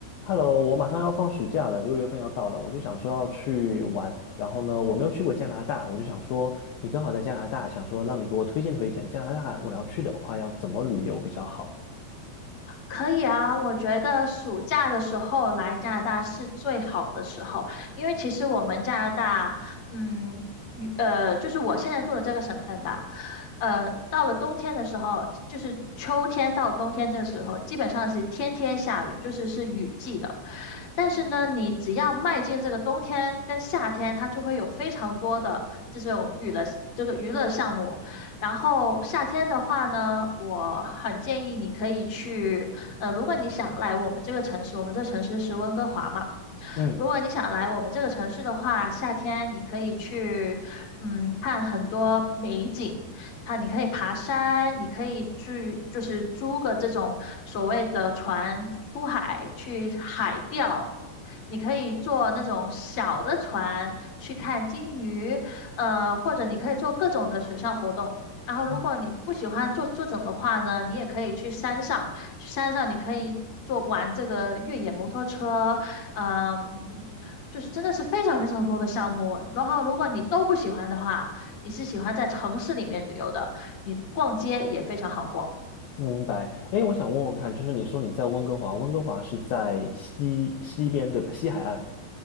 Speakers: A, on the left; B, on the left.
A: Hello，我马上要放暑假了，六月份要到了，我就想说要去玩。然后呢，我没有去过加拿大，我就想说你刚好在加拿大，想说让你给我推荐推荐加拿大，我要去的话要怎么旅游比较好？
B: 可以啊，我觉得暑假的时候来加拿大是最好的时候，因为其实我们加拿大，嗯，与呃，就是我现在住的这个省份吧，呃，到了冬天的时候，就是秋天到冬天这个时候，基本上是天天下雨，就是是雨季的。但是呢，你只要迈进这个冬天跟夏天，它就会有非常多的这种娱乐这个娱乐项目。然后夏天的话呢，我很建议你可以去呃，如果你想来我们这个城市，我们这城市是温哥华嘛，
A: 嗯
B: 如果你想来我们这个城市的话，夏天你可以去，嗯，看很多美景。它你可以爬山，你可以去就是租个这种所谓的船出海去海钓，你可以坐那种小的船去看鲸鱼，呃，或者你可以做各种的水上活动。然后，
A: 啊，
B: 如果你不喜欢坐坐整的话呢，你也可以去山上，去山上你可以坐玩这个越野摩托车，嗯，就是真的是非常非常多的项目。然后，如果你都不喜欢的话，你是喜欢在城市里面旅游的，你逛街也非常好逛。
A: 明白。哎，我想问问看，就是你说你在温哥华，温哥华是在西西边对吧？西海岸